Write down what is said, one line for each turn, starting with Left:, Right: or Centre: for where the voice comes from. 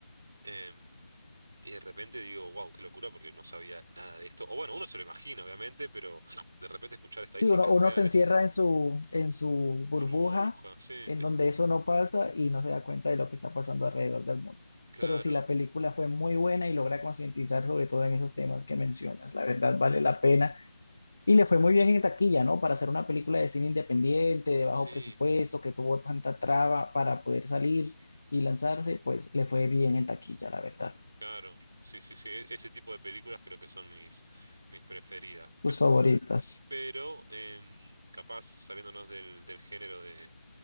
Right: Em, y de repente digo, wow, qué locura, porque no sabía nada de esto. O bueno, uno se lo imagina, obviamente, pero <sniffs> de repente escuchar estadísticas
Left: Sí, uno, uno
Right: reales,
Left: se encierra en su, en su burbuja,
Right: burbuja, sí,
Left: en donde eso no pasa y no se da cuenta de lo que está pasando alrededor del mundo.
Right: claro,
Left: Pero sí, la película fue muy buena y logra concientizar sobre todo en esos temas que mencionas. La verdad, vale la pena. Y le fue muy bien en taquilla, ¿no? Para hacer una película de cine independiente, de bajo
Right: sí,
Left: presupuesto, que tuvo tanta traba para poder salir y lanzarse, pues le fue bien en taquilla, la verdad.
Right: claro, sí, sí, sí. e- Ese tipo de películas creo que son mis, mis preferidas.
Left: Tus favoritas.
Right: pero em, capaz saliéndonos del, del género de